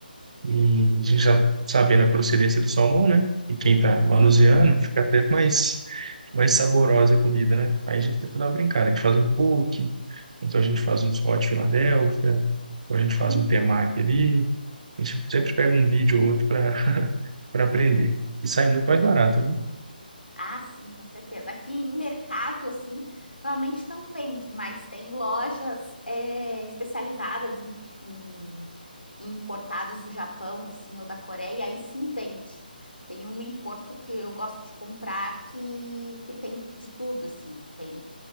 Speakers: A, on the right; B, on the left.
A: e a gente já sabendo a procedência do salmão, né? E quem tá manuseando
B: sim.
A: fica até mais mais saborosa a comida, né? Aí a gente tenta dar uma brincada. A gente faz um poke, então a gente faz uns hot Philadelphia, ou a gente faz
B: Uhum.
A: um temaki ali, a gente sempre pega um vídeo ou outro para para aprender. E sai muito mais barato, né?
B: Ah, sim, com certeza. Aqui em mercado, assim, normalmente não vende, mas tem lojas é, especializadas em, em- em importados do Japão, assim, ou da Coreia, e aí sim vende. Tem uma em Porto que eu gosto de comprar que, que tem de tudo, assim. Tem,